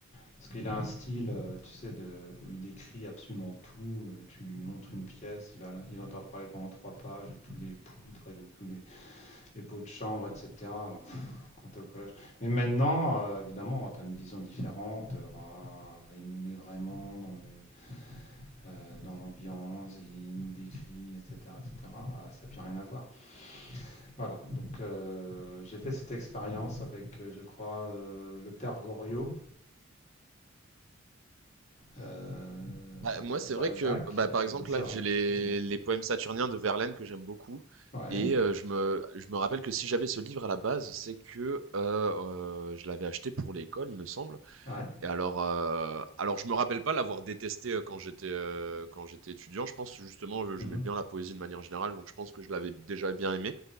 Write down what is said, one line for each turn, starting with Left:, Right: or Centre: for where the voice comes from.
Left: parce qu'il a un style, euh, tu sais, de, où il décrit absolument tout. euh, tu lui montres une pièce, il va, il entend parler pendant trois pages de tous les poutres et de tous les pots de chambre, etc. Alors, <laughs> quand t'es au collège. Mais maintenant, euh, évidemment, tu as une vision différente. Euh, Waouh, il nous met vraiment dans le, euh, dans l'ambiance, il nous décrit, etc., etc. Ah, Ça n'a plus rien à voir. Voilà. Donc, euh, j'ai fait cette expérience avec, euh, je crois, euh, le père Goriot euh,
Right: Bah,
Left: de,
Right: moi,
Left: de
Right: c'est
Left: Balzac.
Right: vrai que, bah,
Left: Et
Right: par exemple,
Left: c'est
Right: là,
Left: vrai,
Right: j'ai les,
Left: c'est bon.
Right: les poèmes saturniens de Verlaine que j'aime beaucoup.
Left: Ouais,
Right: Et euh, je me, je me rappelle que si j'avais ce livre à la base, c'est que euh, euh, je l'avais acheté pour l'école, il me semble.
Left: ouais,
Right: Et alors, euh, alors je me rappelle pas l'avoir détesté euh, quand j'étais euh, quand j'étais étudiant. Je pense justement, je- j'aimais
Left: mhm,
Right: bien la poésie de manière générale, donc je pense que je l'avais déjà bien aimé.